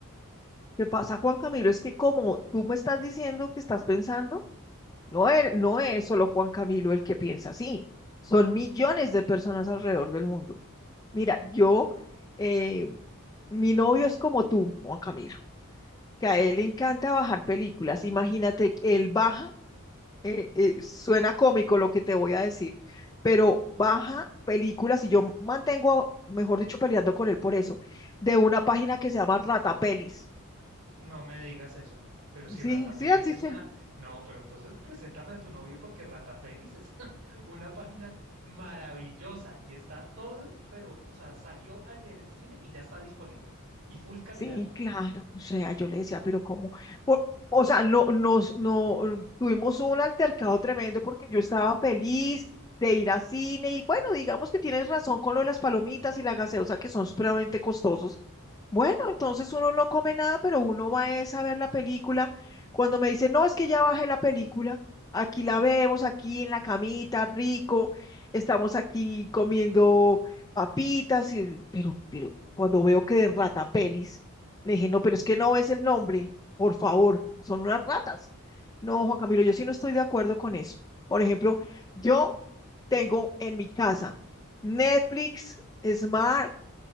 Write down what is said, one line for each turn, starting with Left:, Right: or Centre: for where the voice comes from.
Left: ¿Qué pasa, Juan Camilo? Es que como tú me estás diciendo que estás pensando, no es, no es solo Juan Camilo el que piensa así, son millones de personas alrededor del mundo. Mira, yo, eh, mi novio es como tú, Juan Camilo, que a él le encanta bajar películas. Imagínate, él baja eh, eh, suena cómico lo que te voy a decir, pero baja películas y yo mantengo, mejor dicho, peleando con él por eso, de una página que se llama Ratapelis.
Right: No me digas eso. Pero si
Left: Sí,
Right: Ratapelis
Left: sí, así
Right: es
Left: se
Right: una... No, pero entonces preséntame a tu novio porque Ratapelis es <laughs> una página maravillosa y está todo, pero, o sea, salió ayer en cine y ya está disponible. Y full calidad.
Left: Sí, claro, o sea, yo le decía, pero ¿cómo? Por- o sea, no, nos, no, mm, tuvimos un altercado tremendo porque yo estaba feliz de ir a cine y bueno, digamos que tienes razón con lo de las palomitas y la gaseosa que son supremamente costosos. Bueno, entonces uno no come nada, pero uno va es a ver la película. Cuando me dice, no, es que ya bajé la película, aquí la vemos, aquí en la camita, rico, estamos aquí comiendo papitas, y, pero, pero cuando veo que de ratapelis le dije, no, pero es que no es el nombre, por favor, son unas ratas. No, Juan Camilo, yo sí no estoy de acuerdo con eso. Por ejemplo, yo tengo en mi casa Netflix, Smart,